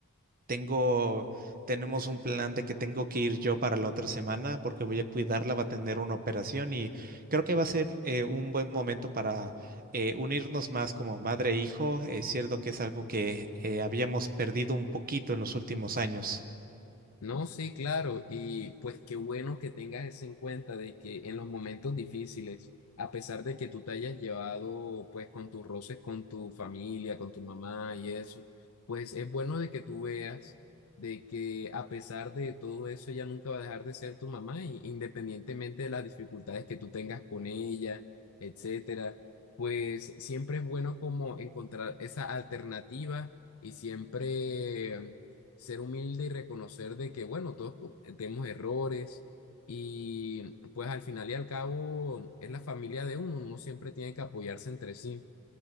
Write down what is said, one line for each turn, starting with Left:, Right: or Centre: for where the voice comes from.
Right: tengo, tenemos un plan de que tengo que ir yo para la otra semana porque voy a cuidarla, va a tener una operación y creo que va a ser eh, un buen momento para eh, unirnos más como madre e hijo. Es cierto que es algo que eh, habíamos perdido un poquito en los últimos años.
Left: No, sí, claro, y pues qué bueno que tengas eso en cuenta de que en los momentos difíciles, a pesar de que tú te hayas llevado pues con tus roces con tu familia, con tu mamá y eso, pues es bueno de que tú veas de que a pesar de todo eso ella nunca va a dejar de ser tu mamá, y independientemente de las dificultades que tú tengas con ella, etcétera, pues siempre es bueno como encontrar esa alternativa y siempre ser humilde y reconocer de que, bueno, todos co- tenemos errores y pues al final y al cabo es la familia de uno, uno siempre tiene que apoyarse entre sí.